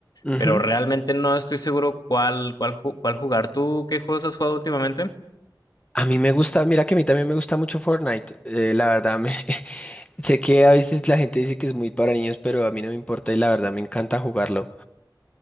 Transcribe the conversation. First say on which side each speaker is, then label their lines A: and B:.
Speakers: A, on the left; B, on the left.
A: Ujú.
B: pero realmente no estoy seguro cuál, cuál, ju- cuál jugar. ¿Tú qué juegos has jugado últimamente?
A: A mí me gusta, mira que a mí también me gusta mucho Fortnite, eh, la verdad me <laughs> sé que a veces la gente dice que es muy para niños, pero a mí no me importa y la verdad me encanta jugarlo.